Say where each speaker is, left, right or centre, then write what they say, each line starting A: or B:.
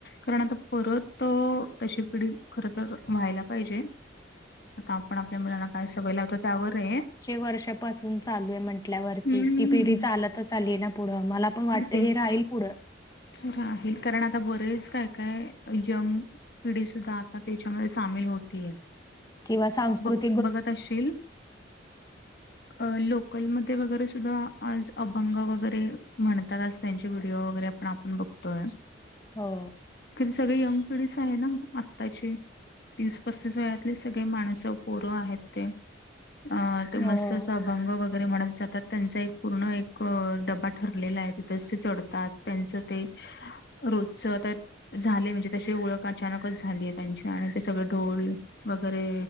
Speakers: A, on the left; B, on the left.
A: कारण आता परत तशी पिढी खर तर व्हायला पाहिजे आता आपण आपल्या मुलांना काय सवय लावतो त्यावर आहे हे
B: शे वर्षापासून चालू आहे म्हटल्यावरती
A: हं,
B: ती पिढी चालतच आली आहे ना पुढं मला पण वाट त
A: तेच.
B: हे राहील पुढं
A: राहील कारण आता बरेच काय काय जम पिढी सुद्धा आता त्याच्यामध्ये सामील होतीय.
B: किंवा सांस्कृत
A: बघत असशील अ लोकल मध्ये वगैरे सुद्धा आज अभंग वगैरे म्हणताच असायचे व्हिडिओ वगैरे पण आपण बघतोय.
B: हो.
A: ती सगळी यंग पिढीस आहे ना आत्ताची. तीस-पस्तीस वयातले सगळे माणसं. पोर आहेत ते, अ! ते
B: हो.
A: मस्त अस अभंग वगैरे म्हणत जातात. त्यांचा एक पूर्ण एक डबा ठरलेला आहे, तिथंच ते चढतात. त्यांचं ते रोजच आता झाले म्हणजे, तशी ओळख अचानकच झाली आहे त्यांची आणि ते सगळे ढोल वगैरे